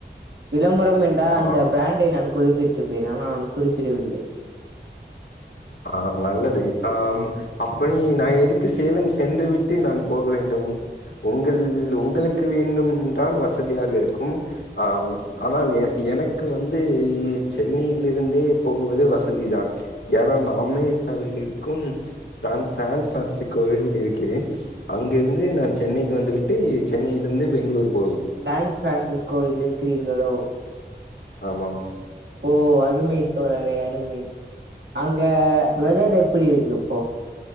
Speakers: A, on the right; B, on the left.
A: விளம்பரம் என்றால்
B: ஆ
A: அந்த பிராண்டை நான் குறிப்பிட்டிருப்பேன் ஆனா குறிப்பிடவில்லை
B: ஆ நல்லது ஆம் அப்ப நீ நா எதுக்கு சேலம் சென்றுவிட் டு நான் போக வேண்டும் உங்கள் உங்களுக்கு வேண்டும் என்றால் வசதியாக இருக்கும் ஆம் ஆனால் எ எனக்கு வந்து சென்னையிலிருந்தே போகவது வசதி தான் ஏன்னா நா அமெரிக்காவில் இருக்கு நா சேன்ஸ் பிரான்சிகோவில் இருக்கிறேன் அங்கிருந்து நான் சென்னைக்கு வந்து விட் ட்டு சென்னையில் இருந்து பெங்களூரு போவேன்
A: சேன்ஸ் ஃபிராசிஸ்கோவில் இருக்கிரீர்கலோ
B: ஆமாம்
A: ஓ அருமை தோழரே அருமை அங்க வெதர் எப்டி இருக்கு இப்போ